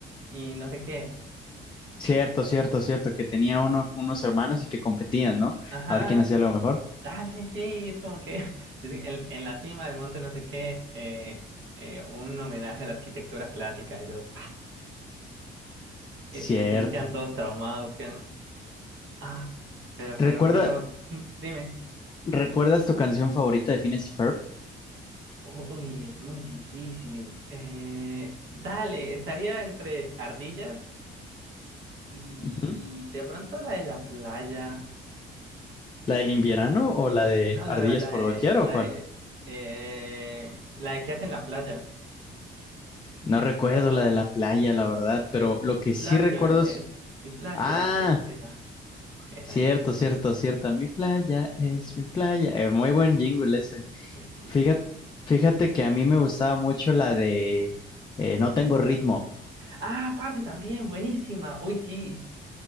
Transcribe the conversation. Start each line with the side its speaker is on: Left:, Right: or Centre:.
Right: y no sé qué.
Left: Cierto, cierto, cierto, que tenía uno, unos hermanos y que competían, ¿no?
Right: Ajá,
Left: A ver quién hacía lo mejor.
Right: dale, sí, es como que <laughs> es que en, en la cima del monte no sé qué, eh, eh, un homenaje a la arquitectura clásica y luego... Y,
Left: Cierto.
Right: y los chinos quedan todos traumados, quedan, ah, pero,
Left: ¿Recuerda,
Right: pero no tenemos, mm, dime,
Left: recuerdas tu canción favorita de Phineas y Ferb?
Right: uy, es muy difícil. Eh, dale, estaría entre ardillas y
Left: Ujú.
Right: de pronto la de la playa.
Left: ¿La del invierno o la de
Right: No,
Left: Ardillas
Right: no, no, la
Left: por
Right: de,
Left: doquier
Right: la
Left: o cuál?
Right: de, eh, la de que hacen la playa.
Left: No recuerdo la de la playa, la verdad, pero
Right: que Es
Left: lo que
Right: mi playa,
Left: sí recuerdo
Right: es
Left: es...
Right: mi playa,
Left: Ah,
Right: es esa, esa.
Left: cierto,
Right: esa.
Left: cierto, cierto. Mi playa es mi playa. Eh, muy
Right: Ujú.
Left: buen jingle ese.
Right: Uy, sí.
Left: Fíjate, fíjate que a mí me gustaba mucho la de eh, No tengo ritmo.
Right: Ah, parce, también, buenísima. Uy, sí.